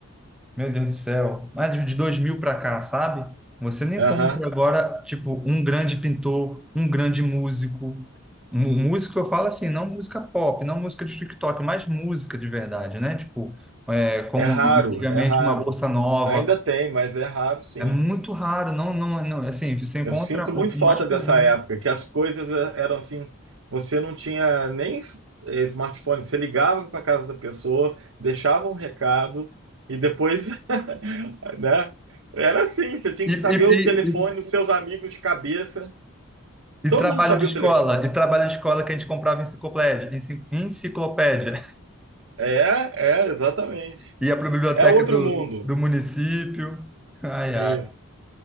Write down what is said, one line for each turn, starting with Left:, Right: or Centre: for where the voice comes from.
Centre: meu Deus do céu, mais de de 2000 para cá, sabe? Você nem
Right: Aham.
Centre: encontra agora, tipo, um grande pintor, um grande músico, Mu- músico eu falo assim, não música pop, não música de TikTok, mas música de verdade, né? Tipo, é, como
Right: É raro,
Centre: antigamente
Right: é raro.
Centre: uma bossa nova,
Right: Ainda tem, mas é raro, sim.
Centre: é muito raro, não, não, não, assim, você encontra
Right: Eu sinto muito
Centre: o,
Right: falta
Centre: o mais comum,
Right: dessa época,
Centre: né?
Right: que as coisas eh, eram assim, você não tinha nem s- eh, smartphone, você ligava para casa da pessoa, deixava um recado e depois, <laughs> né? Era assim, você tinha que
Centre: E,
Right: saber
Centre: e,
Right: o
Centre: e,
Right: telefone
Centre: e-
Right: dos seus amigos de cabeça.
Centre: e
Right: Todo
Centre: trabalho
Right: mundo sabia
Centre: de escola,
Right: o telefone.
Centre: e trabalho de escola que a gente comprava em enciclopédia, enci- enciclopédia,
Right: É, é, exatamente.
Centre: <laughs> ia para a biblioteca
Right: É outro
Centre: do,
Right: mundo.
Centre: do município. Ai, ai.
Right: Isso.